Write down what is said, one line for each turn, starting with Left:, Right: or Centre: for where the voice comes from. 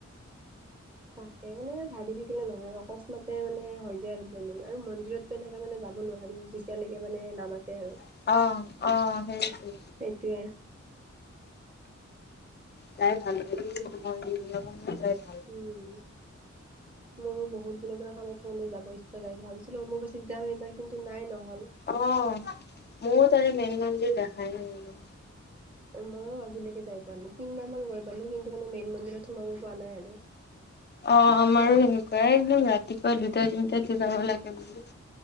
Right: তাকে মানে ভাবি থাকিলে নহয় অকস্মাতে মানে হৈ যায় আৰু প্লেনিং আৰু মন্দিৰত তেনেকে মানে যাব নোৱাৰিও। যেতিয়ালৈকে মানে নামাতে আৰু।
Left: অ', অ', সেইটোৱে
Right: সেইটোৱে।
Left: যায় ভাল লাগে কিন্তু মন্দিৰ বিলাকত মোৰ যায়।
Right: উম। মোৰো বহুত দিনৰ পৰা কামাখ্যা মন্দিৰ যাব ইচ্ছা যাই ভাবিছিলোঁ অম্বু বাচীত যাম এইবাৰ কিন্তু নাই নহল
Left: অ মোৰ তাৰে মেনগঞ্জিৰ দেখাই নাই
Right: মইয়ো আজিলৈকে যাই পোৱা নাই তিনবাৰ মান গৈ পালো কিন্তু মানে মেইন মন্দিৰত সোমাব পোৱা নাই আৰু
Left: অ আমাৰো সেনেকুৱা একদম ৰাতিপুৱা দুটা তিনিটাতে যাব লাগে বুলে